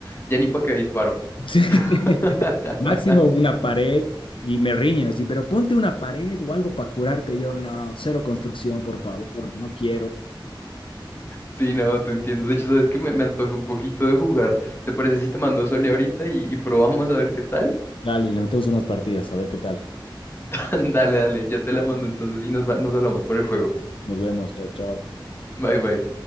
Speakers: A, on the left (about 30°); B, on the left (about 80°).
A: ya ni para qué disparo.
B: Sí.
A: <laughs>
B: <laughs> Máximo una pared y me riñen así, pero ponte una pared o algo para curarte. Yo no, cero construcción, por favor, no quiero.
A: Sí, no, te entiendo. De hecho, sabes que me, me antoje un poquito de jugar. ¿Te parece si te mando Sole ahorita y, y probamos a ver qué tal?
B: Dale, le metemos unas partidas, a ver qué tal.
A: <laughs> Dale, dale, ya te la mando entonces y nos, va- nos hablamos por el juego.
B: Nos vemos, chao, chao.
A: Bye, bye.